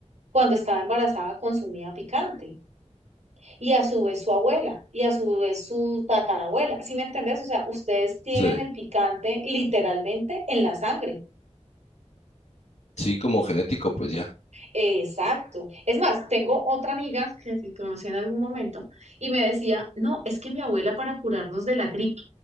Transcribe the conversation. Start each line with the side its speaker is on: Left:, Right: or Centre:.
Right: cuando estaba embarazada, consumía picante. y a su vez su abuela, y a su vez su tatarabuela. ¿Sí me entendés? O sea, ustedes tienen
Left: Sí,
Right: el picante literalmente en la sangre.
Left: sí, como genético, pues ya.
Right: Exacto. Es más, tengo otra amiga que, que conocí en algún momento y me decía, no, es que mi abuela para curarnos de la gripe